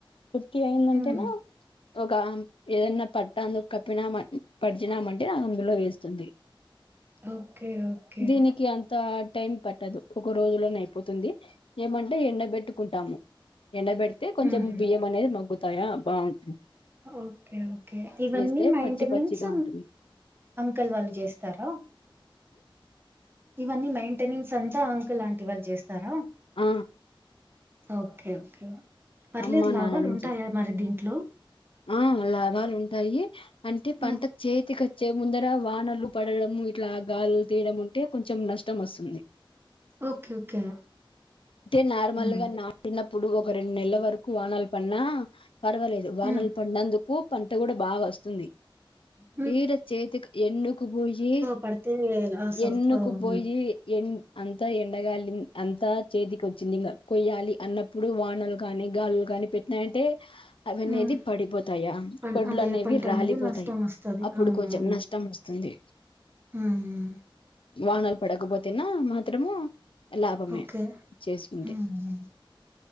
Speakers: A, on the left (about 75°); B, on the right (about 25°).
A: కేందంటేనా
B: ఉమ్
A: ఒక ఏదన్న పట్ట <inaudible> ప్పినామన్ పడిచినామంటే అందులో వేస్తుంది.
B: ఓకే ఓకే
A: దీనికి అంతా టైం పట్టదు. ఒక రోజులోనే అయిపోతుంది ఏమంటే ఎండబెట్టుకుంటాము. ఎండబెడితే కొంచెం
B: ఉమ్
A: బియ్యం అనేద్ మగ్గుతాయా బావున్
B: ఓకే ఓకే ఇవన్నీ
A: చేస్తే
B: మైంటెనెన్స్
A: పచ్చి పచ్చిగా ఉంటుంది
B: అంకల్ వాళ్ళు చేస్తారా? ఇవన్నీ మైంటెనెన్స్ అంతా అంకుల్, ఆంటి వాళ్ చేస్తారా?
A: ఆ
B: ఓకే ఓకే పర్లేద్
A: అమ్మ
B: లాభాల్
A: నాన్ననే
B: ఉంటాయా
A: చేస్తారు
B: మరి దీంట్లో
A: ఆ లాభాలుంటాయి అంటే పంట
B: మ్మ్.
A: చేతికొ చ్చే ముందర వానలు పడడము ఇట్ల గాలులు తీడం ఉంటే కొంచం నష్టం వస్తుంది.
B: ఓకే ఓకే
A: టే నార్మల్గ
B: ఉమ్
A: నాటినప్ ప్పుడు ఒక రెండ్ నెల్ల వరకు వానల్ పడ్నా పర్వాలేదు వానలు
B: ఉమ్
A: పడ్నందుకు పంట గుడ బాగా వస్తుంది.
B: ఆహ
A: తీర చేతిక్ ఎండుకుపోయి
B: పడితే లాస్ అవుతా
A: ఎండుకుపోయి
B: అవును.
A: ఎన్ అంతా ఎండగాలిన్ అంతా చేతికొచ్చింది ఇంగ కొయ్యాలి అన్నప్పుడు వానలు కానీ గాలుల్ కాని పెట్టినాయంటే అవి అనేది
B: హ్మ్.
A: పడిపోతాయా
B: పన్
A: వడ్లు
B: అదే
A: అనేవి
B: పంటనేది
A: రాలిపోతాయ్
B: నష్టమొస్తది.
A: అప్పుడు
B: అవునవును.
A: కొంచం నష్టం వస్తుంది.
B: హ్మ్
A: వానలు పడకపోతెనా మాత్రము లాభమే
B: ఓకే.
A: చేస్కుంటే
B: హ్మ్. హ్మ్.